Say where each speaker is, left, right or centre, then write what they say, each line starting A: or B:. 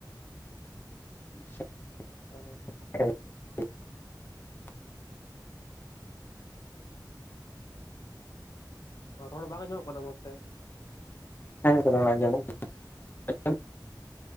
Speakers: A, on the left; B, on the left.
A: <inaudible>
B: ᱟᱨ
A: <inaudible>
B: ᱮᱦᱮ ᱨᱚᱲ ᱵᱟᱝ ᱟᱸᱡᱚᱢᱚᱜ ᱠᱟᱱᱟ ᱢᱚᱡᱽᱛᱮ
A: ᱦᱮᱸ ᱨᱚᱲ ᱟᱸᱡᱚᱢᱚᱜ ᱠᱟᱱᱟ